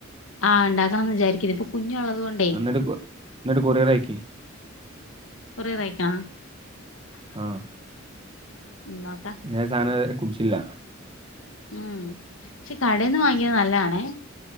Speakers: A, on the left; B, on the right.
A: ആഹ ഉണ്ടാക്കണംന്ന് വിചാരിക്കുന്നു ഇപ്പൊ കുഞ്ഞുള്ളത് കൊണ്ടേ
B: എന്നിട്ട് കൊ എന്നിട്ട് കൊറിയർ ആയിക്ക
A: കുറേതായിക്കാം
B: ആഹ്
A: നോക്ക
B: ഞാൻ സാധനം കുടിച്ചില്ല.
A: ഉം പക്ഷെ കടേന്ന് വാങ്ങിയത് നല്ലതാണേ